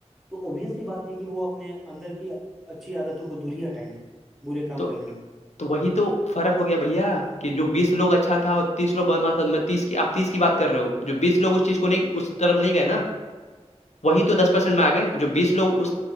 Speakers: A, in the centre; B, on the left.
A: تو آوبویس بات ہے کہ وہ اپنے اندر کی اچھی عادتوں کو دور ہی ہٹائیں گے برے کام
B: تو
A: کرنے میں
B: تو وہی تو فرق ہو گیا بھیا کہ جو بیسوگ اچھا تھا تیس لوگ بدمار تھا تو میں تیس کی آپ تیس کی بات کر رہے ہو جو بیس لوگ اس چیز کو نہیں اس طرف نہیں گئے نا
A: <unintelligible>
B: وہی تو دس پرسینٹ میں آ گئے جو بیس لو
A: تو